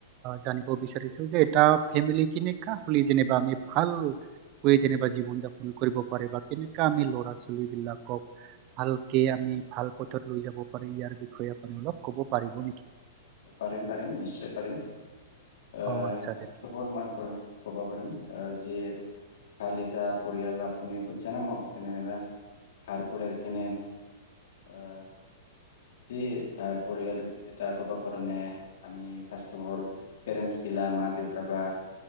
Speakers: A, on the right; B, on the left.
A: জানিব বিচাৰিছো যে এটা ফেমিলি কেনেককা হলে যেনা আমি ভালকৈ যেনা জীৱন যাপন কৰিব পাৰে বা কেনে আমি ল'ৰা ছোৱালী বিলাকক ভালকে আমি ভাল পথত লৈ যাব পাৰি ইয়াৰ বিষয়ে আপ অলপ কব পাৰিব নেকি
B: পাৰিম পাৰিম নিশ্চয় পাৰিম আহ
A: অ আচ্ছা
B: ফাৰ্ষ
A: দে ঠিক
B: অ
A: আছে
B: অল মই ক'ব পাৰিম যিয়ে ভাল এটা পৰিয়াল আপুনি খুজছে নামক যেনবা ভাল পৰিয়াল কেনে আহ সেই ভা পৰিয়াল এটা কব কাৰণে আমি ফাৰ্ষ অফ অল পেৰেন্ট সা মা দেউতা বা